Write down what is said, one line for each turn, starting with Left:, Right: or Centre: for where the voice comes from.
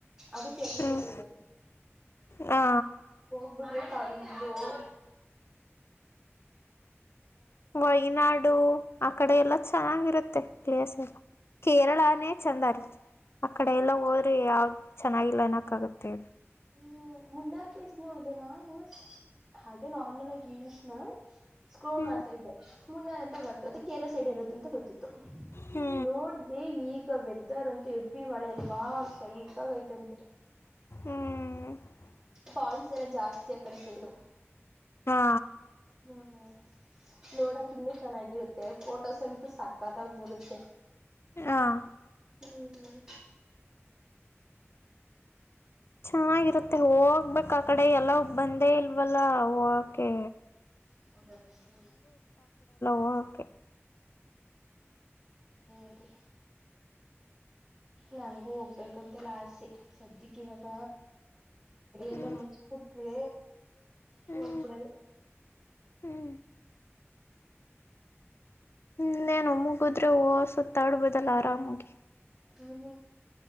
Right: ಅದಕ್ಕೆಲ್ಲ
Left: ಹ್ಮ್
Right: ಕಡೆ ಇರೋದು
Left: ಹಾ
Right: ಬ ಕಾಲ ಜ
Left: ವಯನಾಡು ಆ ಕಡೆ ಎಲ್ಲ ಚೆನ್ನಾಗಿರುತ್ತೆ ಕ್ಲ ಕೇರಳಾನೆ ಚಂದಾರಿ ಆ ಕಡೆ ಎಲ್ಲ ಹೋರಿ ಯಾವ್ದ್ ಚೆನ್ನಾಗಿಲ್ಲ ಕಗತೆ
Right: ಹ್ಮ ಮುನ್ನಾರ ಪ್ಲೇಸ್ ನೋಡ್ದೇನಾ ನ ಹಾಗೆ ನಾರ್ಮಲ್ ಆಗ ವಿನ್ಸ್ಯಾ ಸ್ಕ್ರೋ
Left: ಹ್ಞೂ
Right: ಮಾಡ್ತಾ ಇದ್ದೆ ಮುನ್ನಲ್ ಅಂತ ಬತ ಅದು ಕೇಲ ಸೈಡ್ರೋದುಂತ ಗೊತ್ತದೇ
Left: ಹ್ಞೂ
Right: ನೋಡ್ದೆ ಈಗ ವೆದರ್ ಅಂತ ಹೆವಿ ಮಳೆ ಅಲ್ವಾ ಸೈಕಾಗ್ ಐತಂತೆ
Left: ಹ್ಮ್
Right: ಫಾಲ್ಸ್ ಎಲ್ಲ ಜಾಸ್ತಿಯ ಕಡೆ ಸ ಇದು
Left: ಹಾ
Right: ಹ್ಮ್ ನೋಡಕ ಇನ್ನುೂ ಚೆನ್ನಾಗಿರುತ್ತೆ ಫೋಟೋಸ್ ಅಂತೂ ಸಾಕ ಕಥ ಬರುತ್ತೆ
Left: ಹಾಂ
Right: ಹ್ಮ್
Left: ಚೆನ್ನಾಗಿರುತ್ತೆ ಹೋಗ ಹೋಗ್ಬೇಕಕ್ ಆ ಕಡೆ ಎಲ್ಲ ಬಂದೇ ಇಲ್ವಲ್ಲ ಓಕೆ
Right: <inaudible> ನಂಗೂ
Left: ಹೋಗಕ್ಕೆ
Right: ಅದೆ ನನಗೂ ಹೋಗ್ಬೇಕಂತಲ್ಲ ಆಸೆ ಸದ್ಯಕ್ಕೆ ಇವಾಗ ಎಲ್ಲ
Left: ಹ್ಞೂ
Right: ಮುಗಿಸ್ಬಿಟ್ಟರಿ
Left: ಹ್ಞೂ
Right: ಹೋಗ್ಬಿಡದೆ
Left: ಹ್ಞೂ ಹ್ಮ್ ನಿನ್ನೆ ಒಮ್ಮಗದ್ರೆ ವ ಸುತ್ತಾಡ್ ಬದಲ್ ಆರಾಮಾಗಿ
Right: ಹ್ಮ್